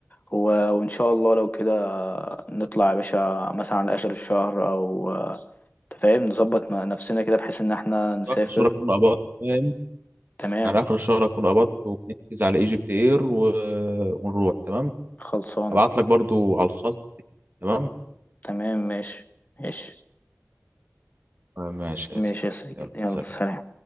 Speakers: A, on the left; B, on the right.
A: و... وان شاء الله لو كده نطلع يا باشا مثلا على اخر الشهر او أنت فاهم نظبط ن- نفسنا كده بحيث ان احنا نسافر
B: اخر الشهر اكون قبضت فاهم
A: تمام
B: على اخر الشهر اكون قبضت ونحجز على ايجيبت اير و... ونروح تمام؟
A: خلصانة
B: ابعت لك برضو على الخاص تمام؟
A: تمام ماشي ماشي
B: ماشي يا
A: ماشي
B: اسلام
A: يا سيد
B: يلا
A: يلا
B: سلام.
A: سلام